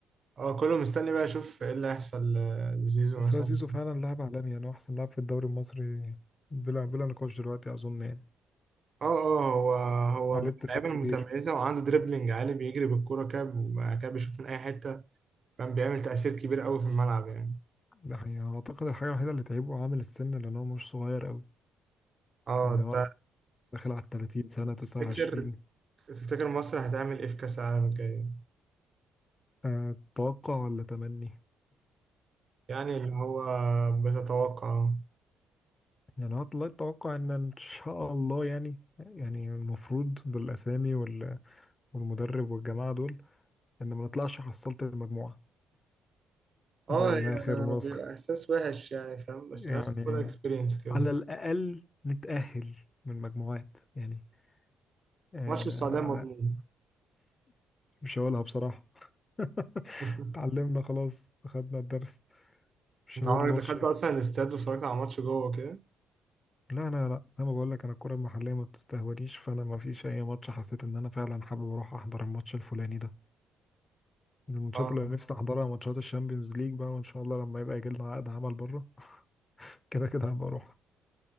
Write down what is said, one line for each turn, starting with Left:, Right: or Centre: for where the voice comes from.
Right: اه كله مستني بقى يشوف ايه اللي هيحصل ل- لزيزو
Left: بس
Right: مثلا
Left: هو زيزو فعلا لاعب عالمي يعني هو أحسن لاعب في الدوري المصري بلا بلا نقاش دلوقتي أظن يعني
Right: اه اه هو هو
Left: عليه
Right: من
Left: اتفاق
Right: اللعيبه المتميزه
Left: كبير
Right: وعنده دريبلينج عالي بيجري بالكوره كده وبعد كده بيشوط من اي حته كان بيعمل تاثير كبير قوي في الملعب يعني
Left: ده حقيقة أعتقد الحاجة الوحيدة اللي تعيبه عامل السن لأن هو مش صغير أوي
Right: اه
Left: يعني
Right: انت
Left: هو داخل على التلاتين سنة تسعة
Right: تفتكر
Left: وعشرين
Right: تفتكر مصر هتعمل ايه في كاس العالم الجاي
Left: أه توقع ولا تمني
Right: يعني اللي هو بتتوقع
Left: يعني هو والله التوقع إن إن شاء الله يعني يعني المفروض بالأسامي وال- والمدرب والجماعة دول إن ما نطلعش حصلت المجموعة زي
Right: اه يعني
Left: آخر منسخة
Right: بيبقى احساس وحش يعني فاهم بس
Left: يعني
Right: لازم تاخد اكسبيرينس كده
Left: على الأقل نتأهل من مجموعات يعني آه
Right: ماتش السعوديه مضمون
Left: على مش هقولها بصراحة <laughs>
Right: <laughs>
Left: اتعلمنا خلاص خدنا الدرس مش
Right: انت
Left: هقول
Right: عمرك
Left: الماتش
Right: دخلت اصلا الاستاد واتفرجت على ماتش جوه كده
Left: لا لا لا انا بقول لك انا الكرة المحلية ما بتستهونيش فانا ما فيش اي ماتش حسيت ان انا فعلا حابب اروح احضر الماتش الفلاني ده من الماتشات
Right: اه
Left: اللي نفسي احضرها ماتشات الشامبيونز ليج بقى وان شاء الله لما يبقى يجي لنا عقد عمل بره <laughs> كده كده هبقى اروح